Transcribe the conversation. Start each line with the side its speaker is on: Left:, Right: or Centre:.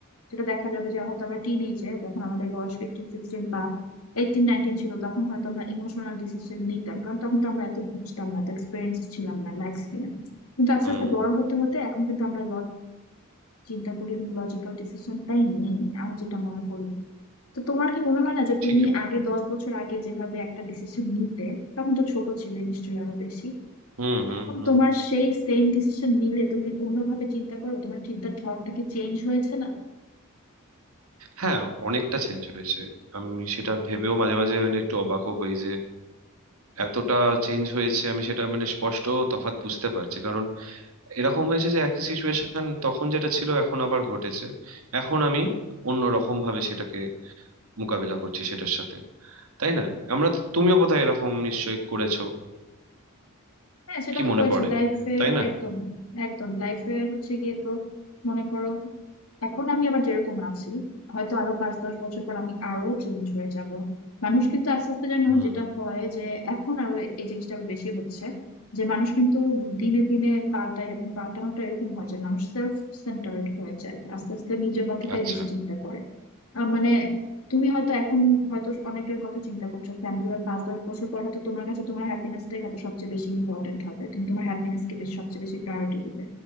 Left: যেটা দেখা যাবে যে হয়তো আমরা টিন এজে যখন আমাদের বয়স ফিফটিন সিক্সটিন বা এইটিন নাইনটিন ছিল তখন হয়তো আমরা ইমোশনাল ডিসিশন নিতাম কারণ তখন তো আমরা এত বুঝতাম না এত এক্সপিরিয়েন্স ছিলাম না লাইফ নিয়ে কিন্তু আস্তে
Right: হুম
Left: আস্তে বড় হতে হতে এখন কিন্তু আমরা চিন্তা করি এবং লজিক্যাল ডিসিশনটাই নেই আমি যেটা মনে করি তো তোমার কি মনে হয় না যে
Right: ঠিকই
Left: তুমি
Right: বল
Left: আগে দশ বছর আগে যেভাবে একটা ডিসিশন নিতে তখন তো ছোট ছিলে নিশ্চয়ই আরো বেশি
Right: হুম হুম
Left: এখন
Right: হুম
Left: তোমার সেই সেম ডিসিশন নিলে তুমি অন্যভাবে চিন্তা করো তোমার চিন্তার ধরনটা কি চেঞ্জ হয়েছে না
Right: হ্যাঁ অনেকটা চেঞ্জ হয়েছে আমি সেটা ভেবেও মাঝে মাঝে মানে একটু অবাকও হই যে এতটা চেঞ্জ হয়েছে আমি সেটা মানে স্পষ্ট তফাৎ বুঝতে পারছি কারণ এরকম হয়েছে যে একই সিচুয়েশন তখন যেটা ছিল এখন আবার ঘটেছে এখন আমি অন্য রকম ভাবে সেটাকে মোকাবিলা করছি সেটার সাথে তাই না আমরা তো- তুমিও বোধহয় এরকম নিশ্চয়ই করেছো
Left: হ্যাঁ সেটা
Right: কি
Left: তো
Right: মনে
Left: করেছি
Right: পড়ে
Left: লাইফে
Right: তাই না
Left: একদম একদম লাইফে হচ্ছে গিয়ে তো মনে করো এখন আমি আবার যেরকম আছি হয়তো আরো পাঁচ দশ বছর পর আমি আরো চেঞ্জ হয়ে যাব মানুষ কিন্তু আস্তে আস্তে যেন
Right: হুম
Left: যেটা হয় যে এখন আরো এই জিনিসটা আরো বেশি হচ্ছে যে মানুষ কিন্তু দিনে দিনে পাল্টায় এবং পাল্টানোটা এরকম হয় যে মানুষ সেলফ সেন্টার্ড হয়ে যায় আস্তে আস্তে নিজের কথাটাই
Right: আচ্ছা
Left: বেশি চিন্তা করে আহ, মানে তুমি হয়তো এখন হয়তো অনেকের কথা চিন্তা করছো ফ্যামিলি আর পাঁচ দশ বছর পর হয়তো তোমার কাছে তোমার হ্যাপিনেসটাই হয়তো সবচেয়ে বেশি ইম্পর্টেন্ট হবে তুমি তোমার হ্যাপিনেস কে বেশ সবচেয়ে বেশি প্রায়োরিটি দিবে